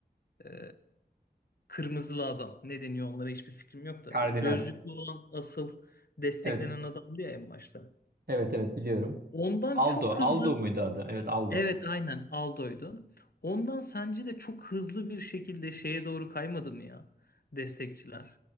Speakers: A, on the left; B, on the right.
A: e, kırmızılı adam. Ne deniyor onlara hiçbir fikrim yok da.
B: Kardinal.
A: Bu gözlüklü olan asıl desteklenen
B: Evet.
A: adamdı ya en başta.
B: Evet evet biliyorum.
A: Ondan
B: Aldo.
A: çok
B: Aldo
A: hızlı
B: muydu adı? Evet Aldo.
A: evet aynen Aldo'ydu. Ondan sence de çok hızlı bir şekilde şeye doğru kaymadı mı ya destekçiler?